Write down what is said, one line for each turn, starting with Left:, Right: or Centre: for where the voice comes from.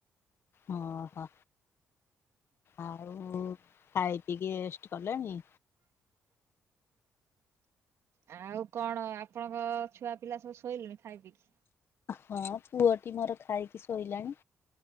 Left: ହଁ ହୋ ଆଉ ଖାଇ ପିଇକି ରେଷ୍ଟେ କଲେଣି?
Right: ଆଉ କଣ ଆପଣଙ୍କ ଛୁଆ ପିଲା ସବୁ ଶୋଇଲେଣି ଖାଇ ପିଇକି?
Left: ହଁ ପୁଅଟି ମୋର ଖାଇକି ଶୋଇଲାଣି